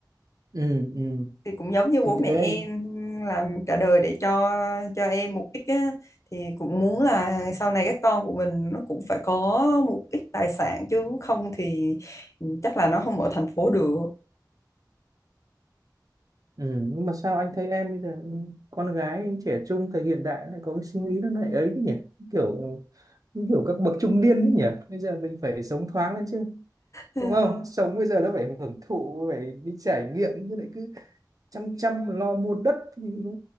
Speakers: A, on the right; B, on the left.
A: ừ ừ.
B: thì cũng giống như
A: thì
B: bố mẹ
A: cái đấy
B: em
A: anh
B: làm cả đời để cho cho em một ít á, thì cũng muốn là sau này các con của mình nó cũng phải có một ít tài sản chứ không thì chắc là nó không ở thành phố được
A: ừ. nhưng mà sao anh thấy em bây giờ ừ, con gái anh trẻ trung thời hiện đại lại có cái suy nghĩ nó lại ấy thế nhỉ kiểu như kiểu các bậc trung niên đấy nhỉ bây giờ mình phải sống thoáng lên chứ
B: <laughs>
A: đúng không
B: <sighs>
A: sống bây giờ nó phải hưởng thụ phải đi trải nghiệm chứ lại cứ chăm chăm lo mua đất thì nó